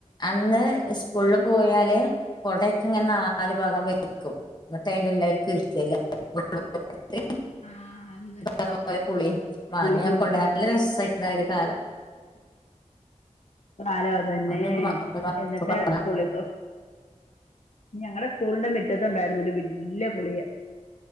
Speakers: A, on the left; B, on the left.
A: അന്ന് സ്കൂളിൽ പോയാല് കൊടയക്കെ ഇങ്ങനെ നാല് ഭാഗം വക്കുംന്നട്ട് അയില് എല്ലാർക്കും ഇര്ക്കല്ലേ <unintelligible>
B: ആഹ് അത് തന്നെ
A: <unintelligible> പുളി മാങ്ങക്കെകൊണ്ട്
B: ഗുളികയും ചായ
A: നല്ല രസമായിരുന്നു ആ ഒരു കാലം.
B: കാലം അതന്നെ
A: അന്ന് ഇപ്പൊ മക്കൾക്ക്
B: എന്നിട്ട്
A: പറഞ്ഞാ
B: പുളി ഞങ്ങള് സ്കൂളിന്റെ മിറ്റത്ത്ണ്ടായിരുന്നു ഒരു വല്ല്യ പുളിയ്